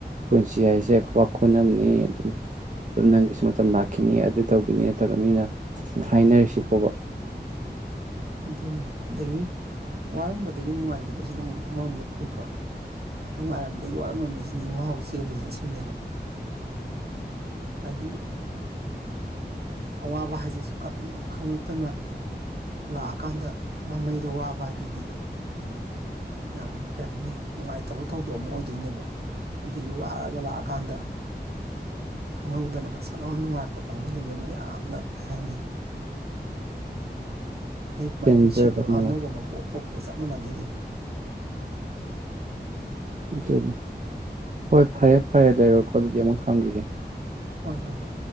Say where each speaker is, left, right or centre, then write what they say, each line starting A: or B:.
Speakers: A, on the right; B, on the right.
A: ꯄꯨꯟꯁꯤ ꯍꯥꯏꯁꯦ ꯈꯨꯕꯥꯛ ꯈꯨꯅꯝꯅꯤ ꯑꯗꯨꯝ ꯑꯗꯨꯝ ꯅꯪꯒꯤꯁꯨ ꯃꯇꯝ ꯂꯥꯛꯈꯤꯅꯤ ꯑꯗꯨ ꯇꯧꯈꯤꯅꯤ ꯇꯧꯔ ꯃꯤꯅ ꯍꯥꯏꯅꯔꯤꯁꯤ ꯕꯨꯕ
B: ꯑꯗꯨꯅꯤ ꯑꯗꯒꯤ ꯋꯥꯔꯝꯕꯗꯒꯤ ꯅꯨꯡꯉꯥꯏꯈꯤꯕꯁꯤꯅ ꯑꯃꯨ ꯑꯃꯔꯣꯝꯗ ꯐꯩꯀꯣ ꯅꯨꯡꯉꯥꯏꯔꯝꯗꯒꯤ ꯋꯥꯠꯔꯝꯕ ꯃꯤꯁꯤꯡꯁꯤ ꯉꯥꯎꯔ ꯆꯦꯜꯂꯤꯁꯦ ꯑꯁꯤꯅꯦꯕ ꯍꯥꯏꯗꯤ ꯑꯋꯥꯕ ꯍꯥꯏꯁꯤ ꯁꯨꯈꯪ ꯈꯪꯉꯛꯇꯅ ꯂꯥꯛꯑꯀꯥꯟꯗ ꯃꯃꯩꯗ ꯋꯥꯕ ꯍꯥꯏꯗꯨꯗꯤ ꯌꯥꯝ ꯀꯩ ꯍꯥꯏꯅꯤ ꯅꯨꯡꯉꯥꯏꯇꯕ ꯊꯧꯗꯣꯛ ꯑꯃ ꯑꯣꯏꯗꯣꯏꯅꯦꯕ ꯑꯗꯒꯤ ꯋꯥꯔꯛꯒ ꯂꯥꯛꯑꯀꯥꯟꯗ ꯈꯪꯍꯧꯗꯅꯒꯁꯠ ꯂꯥꯎꯅ ꯅꯨꯡꯉꯥꯏꯛꯄ ꯀꯥꯡꯒꯨꯗꯨꯅꯦ ꯑꯃꯨꯛ ꯌꯥꯝꯅ ꯀꯩ ꯍꯥꯏꯅꯤ ꯑꯩ ꯃꯥꯏꯄꯨꯟꯁꯤꯗ
A: ꯄꯦꯟꯖꯕ ꯅꯨꯡꯉꯥꯏ
B: ꯑꯅꯧꯕ ꯃꯄꯣ ꯑꯃ ꯄꯣꯛꯄꯒ ꯆꯞ ꯃꯥꯟꯅꯗꯣꯏꯅꯦꯕ
A: ꯑꯗꯨꯅꯤ ꯍꯣꯏ ꯐꯔꯦ ꯐꯔꯦ ꯂꯩꯔꯣꯀꯣ ꯑꯗꯨꯗꯤ ꯑꯃꯨꯛ ꯊꯝꯈꯤꯒꯦ
B: ꯍꯣꯏ ꯍꯣꯏ ꯍꯣꯏ